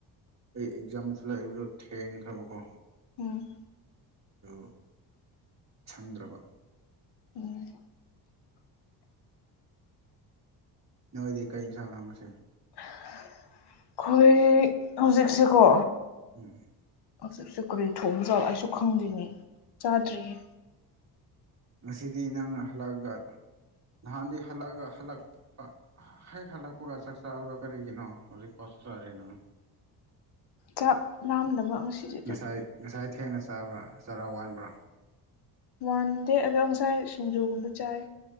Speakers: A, on the right; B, on the left.
A: ꯑꯩ ꯑꯦꯛꯖꯥꯝꯁꯨ ꯂꯥꯛꯏꯕꯗꯣ ꯊꯦꯡꯅꯈ꯭ꯔꯕꯀꯣ
B: ꯎꯝ
A: ꯑꯗꯨ ꯁꯪꯗ꯭ꯔꯕ
B: ꯎꯝ
A: ꯅꯣꯏꯗꯤ ꯀꯔꯤ ꯌꯦꯟꯁꯥꯡ ꯥꯡꯉꯁꯤ
B: ꯑꯩꯈꯣꯏ ꯍꯧꯖꯤꯛꯁꯤꯦꯀꯣ
A: ꯎꯝ
B: ꯍꯧꯖꯤꯛꯁꯨ ꯀꯔꯤ ꯊꯣꯡꯕ ꯆꯥꯠꯂ ꯑꯩꯁꯨ ꯈꯪꯗ꯭ꯔꯤꯅꯤ ꯆꯥꯗ꯭ꯔꯤꯌꯦ
A: ꯉꯁꯤꯗꯤ ꯅꯪꯅ ꯍꯜꯂꯛꯑꯒ ꯅꯍꯥꯟꯗꯤ ꯍꯜꯂꯛꯑꯒ ꯍꯜꯂꯛꯄ ꯍꯦꯛ ꯍꯜꯂꯛꯄꯒ ꯆꯥꯛ ꯆꯥꯕꯗꯣ ꯀꯔꯤꯒꯤꯅꯣ ꯍꯧꯖꯤꯛ ꯄꯣꯠꯁꯨ ꯆꯥꯔꯔꯤ ꯅꯪ
B: ꯆꯥꯛ ꯂꯥꯝꯗꯕ ꯑꯗꯨꯒꯤ
A: ꯉꯁꯥꯏ ꯉꯁꯥꯏ ꯊꯦꯡꯅ ꯆꯥꯕ꯭ꯔꯥ ꯆꯔꯥ ꯋꯥꯟꯕ꯭ꯔꯥ
B: ꯋꯥꯟ ꯗꯦ ꯑꯗꯣ ꯉꯁꯥꯏ ꯁꯤꯡꯖꯨꯒꯨꯝꯕ ꯆꯥꯏ